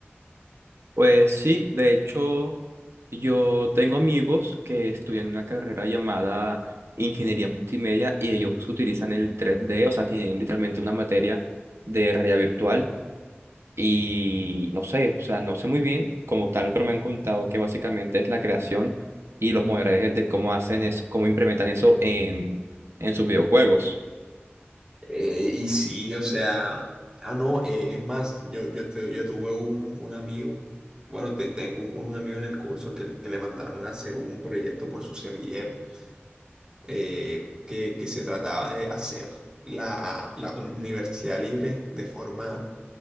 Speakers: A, on the right; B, on the right.
A: Pues sí, de hecho, yo tengo amigos que estudian una carrera llamada Ingeniería Multimedia y ellos utilizan el tres d o sea, tienen literalmente una materia de realidad virtual y no sé, o sea, no sé muy bien como tal, pero me han contado que básicamente es la creación y los modelajes de cómo hacen eso, cómo implementan eso en, en sus videojuegos.
B: Eh, y sí, o sea, ah, no, eh, es más, yo, yo, te- yo tuve un, un amigo, bueno, te, tengo un, un amigo en el curso que, le- que le mandaron a hacer un proyecto por su semillero. eh, que, que se trataba de hacer la, la un- universidad libre de forma